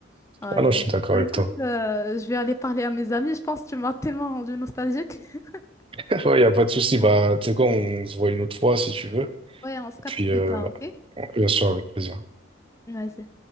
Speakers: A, on the left; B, on the right.
A: Ouais.
B: Ah non, je suis d'accord
A: Bah,
B: avec
A: écoute,
B: toi.
A: euh, je vais aller parler à mes amis. Je pense que tu m'as tellement rendue nostalgique. <laughs>
B: <laughs> Ouais, y a pas de souci. Bah, tu sais quoi, on se voit une autre fois si tu veux.
A: Ouais, on se
B: Et
A: capte
B: puis,
A: plus
B: euh,
A: tard, ok?
B: bien sûr, avec plaisir.
A: Vas-y.